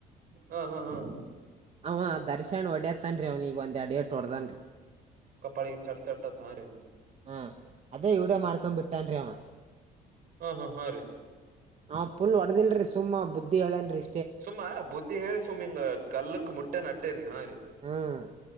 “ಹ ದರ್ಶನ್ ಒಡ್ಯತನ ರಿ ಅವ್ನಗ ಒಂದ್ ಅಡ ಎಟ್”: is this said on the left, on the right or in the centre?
Right